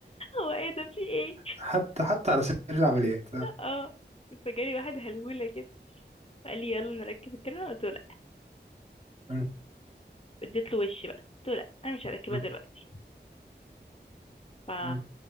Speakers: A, on the left (about 30°); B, on the right (about 35°).
A: هو ايه ده في ايه
B: حتى حتى على سبيل العمليات آه.
A: اه فجالي واحد هلهوله كده فقال لي يلا نركب الكاميرا قلت له لا
B: مم.
A: اديت له وش بقى قلت له لا انا مش هركبها
B: مم.
A: دلوقتي فا
B: مم.